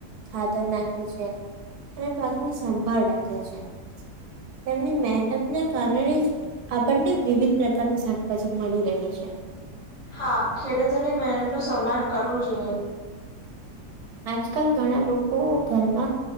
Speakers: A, on the right; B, on the left.
A: ખાતર નાખે છે. પાકની સંભાળ રાખે છે તેમની મહેનતને કારણે જ આપણને વિવિધ પ્રકારની શાકભાજી મળી રહેહી છે.
B: હા ખેડૂતોની મહેનત નું સન્માન કરવું જોઈએ.
A: આજકાલ ઘણા લોકો ઘરમાં